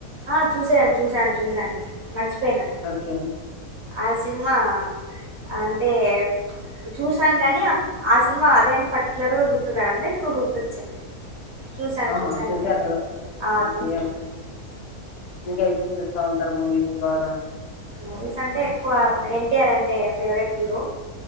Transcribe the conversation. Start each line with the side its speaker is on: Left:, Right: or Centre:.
Right: ఆ చూసాను చూసాను చూసాను మర్చిపోయినాను
Left: ఓకే అండి,
Right: ఆ సినిమా అంటే చూసాను కాని ఆ సినిమా అదే అని పర్టికుయలర్ గా గుర్తు రావడంలా ఇప్పుడు గుర్తొచ్చింది చూసాను
Left: ఆ
Right: చూసానులాండి
Left: చూసారు అలా
Right: ఆ
Left: ఓకే
Right: చూశాను
Left: ఇంకా ఏమేమి చూస్తా ఉంటారు మూవీస్ బాగా
Right: మూవీస్ అంటే ఎక్కువ ఎన్టీఆర్ అంటే ఫేవరెట్ హీరో